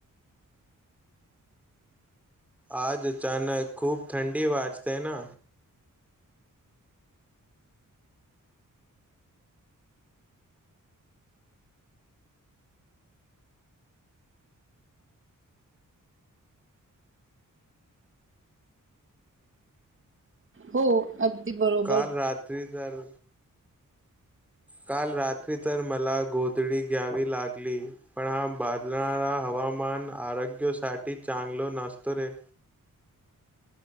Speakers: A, in the centre; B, on the right.
A: आज अचानक खूप थंडी वाजते ना.
B: हो. अगदी बरोबर.
A: काल रात्री तर काल रात्री तर मला गोधडी घ्यावी लागली. पण हा बादलारा हवामान आरोग्यासाठी चांगल नसतो रे.